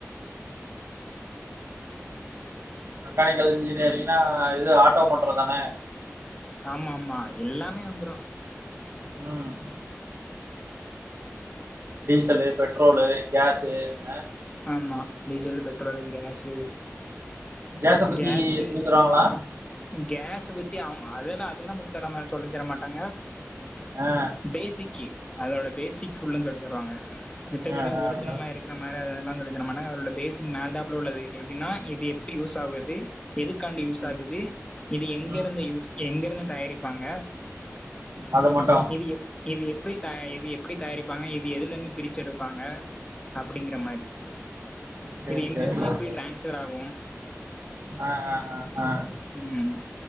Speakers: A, on the right (about 55°); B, on the left (about 20°).
A: மெக்கானிக்கல் இன்ஜினியரிங்னா இது ஆட்டோ மோட்டருதானே
B: ஆமா ஆமா எல்லாமே வந்துரும்
A: ம் டீசலு பெட்ரோலு கேஸு அ
B: ஆமா டீசலு பெட்ரோலு கேஸு
A: கேஸ பத்தி
B: கேஸு
A: சொல்லிதருவாங்களா
B: கேஸ பத்தி அவுங் அதெல்லா அதெல்லா பத்தி தர மா சொல்லி தர மாட்டாங்க
A: ஆ
B: பேசிக்கி அதோட பேசிக் ஃபுல்லும் சொல்லி தருவாங்க மித்தபடி
A: ஆ ஆ
B: ஒரிஜினலா
A: ஆ
B: இருக்கிற மாரி அத சொல்லி தரமாட்டாங்க பேசிக் மேல்டாப்ல உள்ளது எப்டினா இது எப்டி யூஸ் ஆகுது எதுக்காண்டி யூஸ்
A: ம்
B: ஆகுது இது எங்க
A: ம்
B: இருந்து யூஸ் எங்க இருந்து தயாரிப்பாங்க
A: அத மட்டு
B: இது எப் இது எப்டி த இது எப்டி தயாரிப்பாங்க இது எதுலந்து பிரிச்சு எடுப்பாங்க அப்டிங்கிற மாரி
A: சேரி
B: இது எங்கிருந்து
A: சேரி சேரி
B: எப்டி
A: சேரி
B: டிரான்ஸர் ஆகும்
A: ஆ ஆ ஆ ஆ
B: ம்